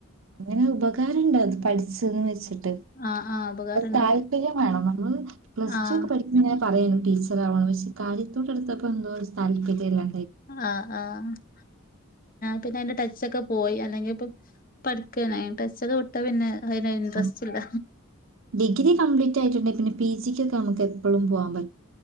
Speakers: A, on the right; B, on the left.
A: അങ്ങനെ ഉപകാരണ്ട് അത് പഠിച്ചന്ന് വ ച്ട്ട്
B: ആഹ് ആഹ് ഉപകാരണ്ട്
A: താല്പര്യം വേണം നമ്മള് പ്ലസ്റ്റു
B: ആഹ്
A: ഒക്കെ പഠിക്കുമ്പൊ ഞ പറ യേനു ടീച്ചർ ആവണംന്ന് പക്ഷേ കാര്യത്തോടെടുത്തപ്പോ എന്തോ താല്പര്യല്ലാ
B: ആ ആ <unintelligible> പിന്നെ അതിന്റെ ടച്ചൊക്കെ പോയി അല്ലെങ്കി ഇപ്പം പഠിക്കേനി അയ്ന് ടച്ചൊക്കെ വിട്ടാ പിന്നെ അതിന് ഇൻട്രസ്റ്റ്
A: ഉം
B: ഇല്ല
A: ഡിഗ്രി കംപ്ലീറ്റ് ആയിട്ടുണ്ടെ പിന്നെ പി ജിക്ക് ഒക്കെ നമുക്ക് എപ്പളും പോവാൻ പ